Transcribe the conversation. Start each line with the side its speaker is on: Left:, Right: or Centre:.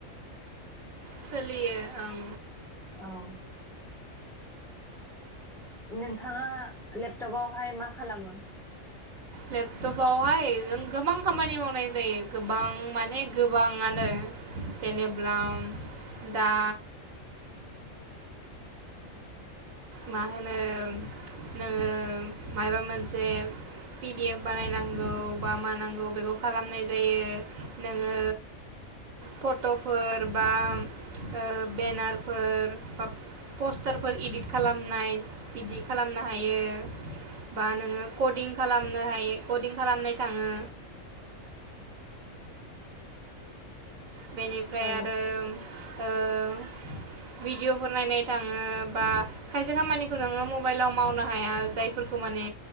Right: सोलियो ओं
Centre: औ नोंथाङा लेपटपावहाय मा खालामो?
Right: लेपटपावहाय जों गोबां खामानि मावनाय जायो गोबां माने गोबाङानो जेनेब्ला दा मा होनो नोङो मायाबा मोनसे पिडिएफ बानायनांगौ बा मानांगौ बेखौ खालामनाय जायो नोङो फटफोर बा ओ बेनारफोर बा पस्टारफोर इदिट खालामनाय बिदि खालामनो हायो बा नोङो कदिं खालामनो हायो कदिं खालामनाय थाङो। बेनिफ्राय
Centre: औ
Right: आरो ओ भिडिअ फोर नायनाय थाङो बा खायसे खामानिखौ नोङो मबाइलाव मावनो हाया जायफोरखौ माने